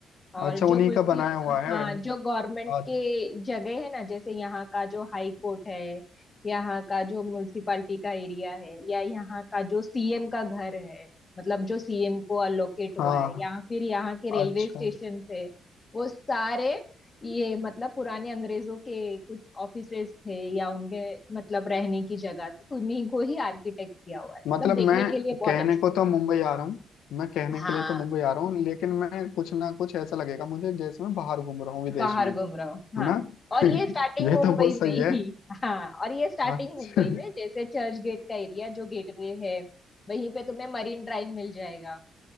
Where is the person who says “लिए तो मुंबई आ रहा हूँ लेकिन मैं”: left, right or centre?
Left